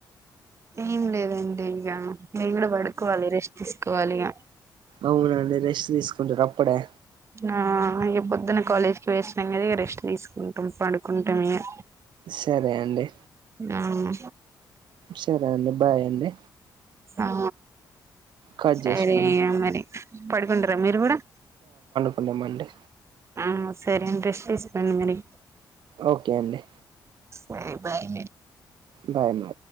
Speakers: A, on the right; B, on the right.
A: ఏం లేదండి. ఇంకా మేము కూడా పడుకోవాలి, రెస్ట్ తీసుకోవాలి ఇక
B: అవునండి రెస్ట్ తీసుకుంటారు అప్పుడే
A: ఆ ఇక పొద్దున కాలేజ్ కి పోయి వచ్చినాం కదా, ఇక రెస్ట్ తీసుకుంటాం. పడుకుంటాం ఇక
B: సరే అండి
A: మ్ హు
B: సరే అండి బాయ్ అండి.
A: ఆ
B: కట్
A: సరే
B: చేసుకోండి
A: మరి పడుకుంటారా మీరు కూడా?
B: అవునండి.
A: ఆ సరే రెస్ట్ తీసుకోండి మరి.
B: ఓకే అండి.
A: సరే బాయ్
B: బాయ్ అండి